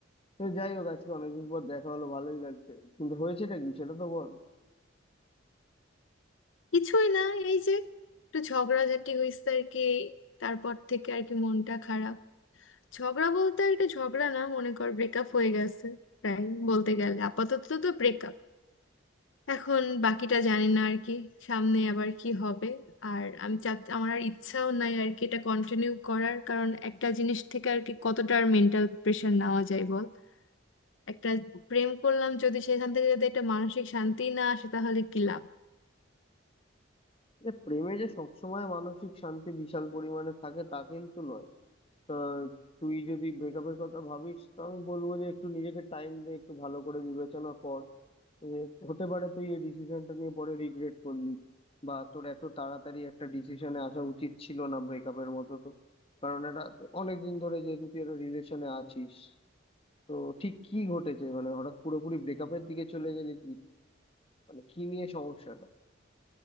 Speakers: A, on the left (about 30°); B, on the left (about 75°).
A: তো যাই হোক আজকে অনেকদিন পর দেখা হলো ভালোই লাগছে কিন্তু হয়েছেটা কি সেটা তো বল
B: কিছুই না এই যে একটু ঝগড়াঝাটি হইছে আর কি এই তারপর থেকে আর কি মনটা খারাপ ঝগড়া বলতে আর কি ঝগড়া না মনে কর ব্রেকআপ হয়ে গেছে প্রায় বলতে গেলে আপাতত তো ব্রেকআপ এখন বাকিটা জানি না আর কি সামনে আবার কি হবে আর আমি চা আমার আর ইচ্ছাও নাই আর কি এটা কন্টিনিউ করার কারণ একটা জিনিস থেকে আর কি কতটা আর মেন্টাল প্রেশার নেওয়া যায় বল একটা প্রেম করলাম যদি সেখান থেকে যদি একটা মানসিক শান্তি না আসে তাহলে কি লাভ
A: এ, প্রেমে যে সবসময় মানসিক শান্তি বিশাল পরিমাণে থাকে তা কিন্তু নয় তা তুই যদি ব্রেকআপের কথা ভাবিস তো আমি বলবো যে একটু নিজেকে টাইম দে একটু ভালো করে বিবেচনা কর যে হতে পারে তুই এই ডিসিশনটা নিয়ে পরে রিগ্রেট করলি বা তোর এত তাড়াতাড়ি একটা ডিসিশনে আসা উচিত ছিল না ব্রেকআপের মতো তো কারণ এটা তো অনেকদিন ধরে যেহেতু তুই একটা রিলেশনে আছিস তো ঠিক কি ঘটেছে মানে হঠাৎ পুরোপুরি ব্রেকআপের দিকে চলে গেলি কি মানে কি নিয়ে সমস্যা